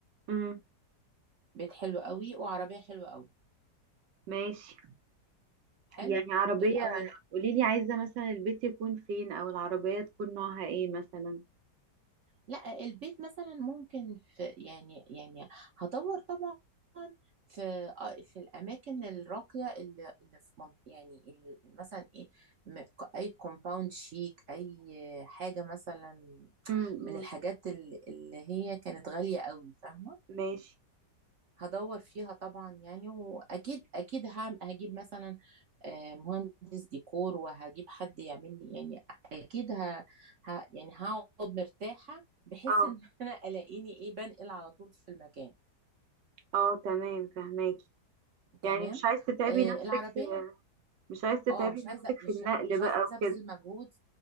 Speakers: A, on the right; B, on the right.
A: امم
B: بيت حلو قوي وعربية حلوة قوي
A: ماشي
B: حلو
A: يعني عربيه
B: دول اول
A: قوليلي عايزه مثلا البيت يكون فين او العربيه تكون نوعها ايه مثلا
B: لا البيت مثلا ممكن في يعني يعني هدور طبعا في آه، في الاماكن الراقيه اللي اللي في منط- يعني ال- مثلا ايه م- اي كومباوند شيك اي حاجه مثلا
A: امم
B: من الحاجات ال- اللي هي كانت غاليه قوي فاهمه
A: ماشي
B: هدور فيها طبعا يعني واكيد اكيد هعم- هجيب مثلا آه، مهندس ديكور وهجيب حد يعمل لي يعني اكيد ه... ه... يعني هقعد مرتاحة بحيث
A: اه
B: ان <laughs> انا الاقيني ايه بنقل على طول في المكان
A: اه تمام فهماكي
B: تمام
A: يعني مش عايز تتعبي
B: آه
A: نفسك
B: العربية
A: في مش عايز تتعبي
B: اه مش
A: نفسك
B: عايزه
A: في
B: مش
A: النقل
B: مش
A: بقى
B: عايزه
A: وكده
B: ابذل مجهود